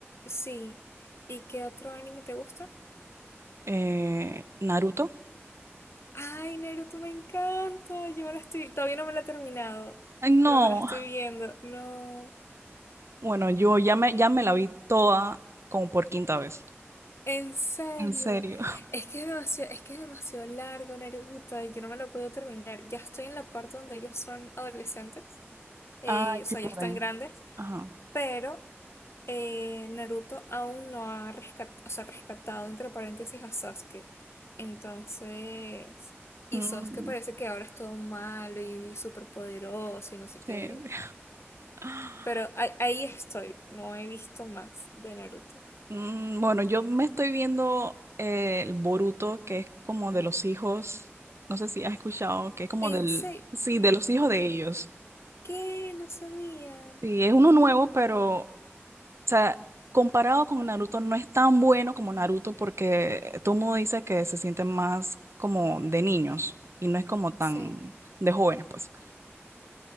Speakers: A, on the left; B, on the right.
A: sí. ¿Y qué otro anime te gusta?
B: Eh, Naruto.
A: Ay, Naruto, me encanta. Yo me la estoy, todavía no me la he terminado,
B: Ay, no.
A: pero me la estoy viendo. No.
B: Bueno, yo ya me, ya me la vi toda como por quinta vez.
A: En serio,
B: En serio.
A: es que es demasiado, es que es demasiado larga, Naruto, y yo no me lo puedo terminar. Ya estoy en la parte donde ellos son adolescentes, eh,
B: Ay,
A: o sea,
B: qué pueden.
A: ya están grandes,
B: Ajá.
A: pero eh, Naruto aún no ha rescat- o sea, rescatado, entre paréntesis, a Sasuke. Entonces, y
B: Mm,
A: Sasuke parece que ahora es todo malo y, súper poderoso y no sé qué.
B: sí. <gasps>
A: Pero
B: <laughs>
A: ahí ahí estoy, no he visto más de Naruto.
B: Mm, bueno, yo me estoy viendo eh, el Boruto, que es como de los hijos. No sé si has escuchado, que es como
A: En
B: del.
A: serio,
B: Sí, de los hijos de ellos.
A: ¿qué? No sabía.
B: Sí, es uno nuevo, pero. O sea, comparado con Naruto, no es tan bueno como Naruto, porque eh, todo el mundo dice que se sienten más como de niños y no es como tan
A: Sí.
B: de jóvenes, pues.